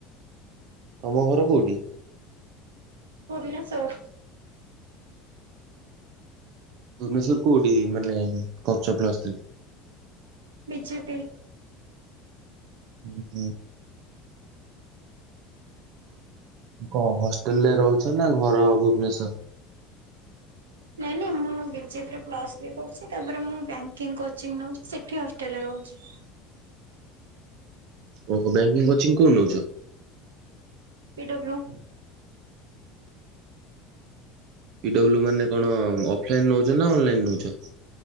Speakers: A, on the right; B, on the right.
A: ତମ ଘର କୋଉଠି?
B: ଭୁବନେଶ୍ୱର।
A: ଭୁବନେଶ୍ୱର୍ ର କୋଉଠି ମାନେ କରୁଚ ପ୍ଲସ୍ଥ୍ରି।
B: ବିଜେପି।
A: ହୁଁ ହୁଁ। କଣ ହଷ୍ଟେଲରେ ରହୁଛ ନା ଘର ଭୁବନେଶ୍ଵର?
B: ନାଇଁ ନାଇଁ ମୁଁ ବିଜେବିରେ ପ୍ଲସ୍ ଥ୍ରି କରୁଛି, ତାପରେ ମୁଁ ବ୍ୟାଙ୍କିଙ୍ଗ କୋଚିଂ ନେଉଚି ସେଠି ହଷ୍ଟେଲରେ ରହୁଛି।
A: ଓହୋ ବ୍ୟାଙ୍କିଙ୍ଗ କୋଚିଂ କୋଉଠୀ ନଉଚ?
B: ପିଡବ୍ଲୁ।
A: ପିଡବ୍ଲୁ ମାନେ କଣ ଅଫଲାଇନ ନଉଚ ନା ଅନଲାଇନ ନଉଚ?